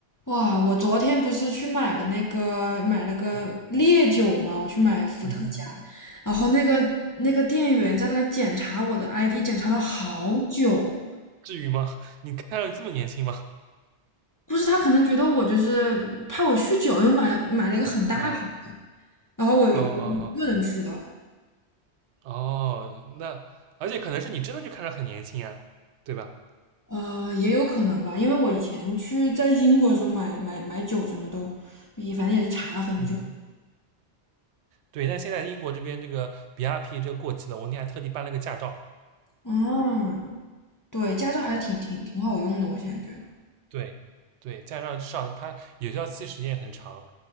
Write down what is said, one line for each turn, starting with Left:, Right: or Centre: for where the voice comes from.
Left: 哇，我昨天不是去买了那个买了个烈酒嘛，
Right: 嗯
Left: 我去买伏特加，
Right: 嗯嗯，
Left: 然后那个那个店员在那检查我的 ID，检查了好久，
Right: 至于吗？<laughs> 你看着这么年轻吗？
Left: 不是他可能觉得我就是怕我酗酒，又买买了一个很大瓶的，
Right: 嗯，哦
Left: 然后我我一个人去的，
Right: 哦哦哦，那而且可能是你真的就看着很年轻啊，对吧？
Left: 呃，也有可能吧，因为我以前去在英国的时候买买买酒什么都，也反正也是查很久，
Right: 嗯，对。但现在英国这边这个 BRP 这个过期了，我那天还特地办了个驾照。
Left: 嗯，对，驾照还是挺挺挺好用的，我现在觉得。
Right: 对对，驾照上它有效期时间很长。